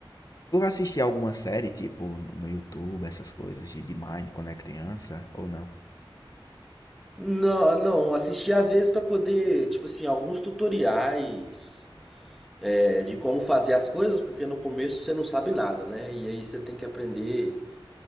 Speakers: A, on the left; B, in the centre.
A: Tu assistia alguma série, tipo, no no YouTube, essas coisas de, de Mine quando é criança, ou não?
B: Não, não, assistia às vezes pra poder, tipo assim, alguns tutoriais é, de como fazer as coisas, porque no começo você não sabe nada, né? E aí você tem que aprender